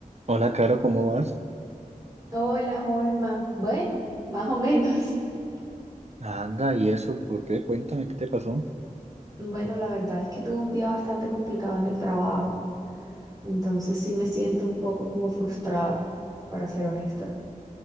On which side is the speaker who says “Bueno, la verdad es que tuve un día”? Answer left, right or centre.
Right